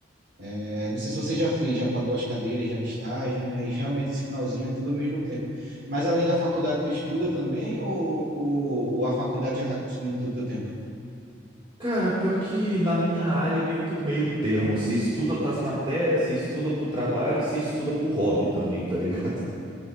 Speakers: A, on the right (about 60°); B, on the right (about 30°).
A: É, não sei se você já fez, já pagou as cadeiras já de estágio, né? E realmente esse finalzinho é tudo ao mesmo tempo. Mas além da faculdade, tu estuda também ou, ou, ou a faculdade já está consumindo todo o teu tempo?
B: Cara, pior que na minha área é meio que um meio termo. Você estuda pras matérias, você estuda pro trabalho e você estuda pro hobby também, tá ligado?